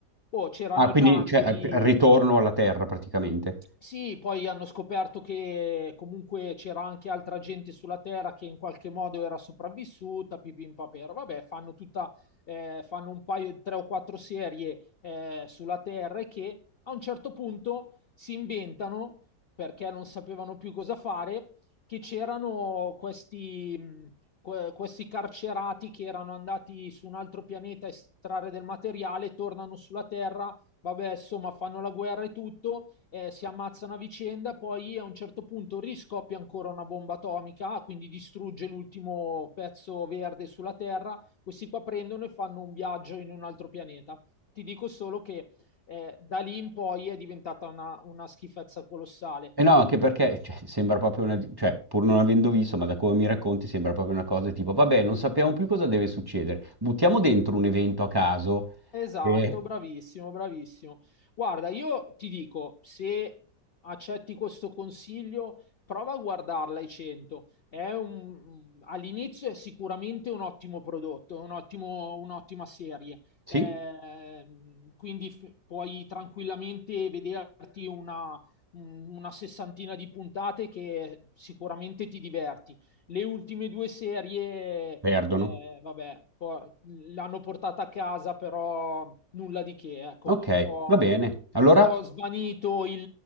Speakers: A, on the left; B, on the right.
A: Oh, c'erano
B: Ah, quindi
A: già anche
B: cioè, al-
A: lì,
B: al ritorno alla Terra praticamente.
A: sì, poi hanno scoperto che comunque c'era anche altra gente sulla Terra che in qualche modo era sopravvissuta, pipim papero. Vabbè, fanno tutta, eh, fanno un paio, tre o quattro serie eh, sulla Terra e che a un certo punto si inventano, perché non sapevano più cosa fare, che c'erano questi, mh, que- questi carcerati che erano andati su un altro pianeta a estrarre del materiale, tornano sulla Terra vabbè, insomma, fanno la guerra e tutto, eh, si ammazzano a vicenda, poi a un certo punto riscoppia ancora una bomba atomica, quindi distrugge l'ultimo pezzo verde sulla Terra. Questi qua prendono e fanno un viaggio in un altro pianeta. Ti dico solo che eh, da lì in poi è diventata una, una schifezza colossale.
B: E no, anche perché cioè, sembra proprio una... cioè, pur non avendo visto, ma da come mi racconti, sembra proprio una cosa tipo, vabbè, non sappiamo più cosa deve succedere. Buttiamo dentro un evento a caso
A: Esatto,
B: e...
A: bravissimo, bravissimo. Guarda, io ti dico, se accetti questo consiglio, prova a guardarla ai 100. È un- mm, all'inizio è sicuramente un ottimo prodotto, è un ottimo- un'ottima serie.
B: Sì,
A: Ehm, quindi f- puoi tranquillamente vederti una, mm, una sessantina di puntate che sicuramente ti diverti. Le ultime due serie
B: perdono.
A: eh, vabbè, po- l'hanno portata a casa, però nulla di che, ecco,
B: Ok,
A: un po',
B: va bene. Allora,
A: un po' svanito il,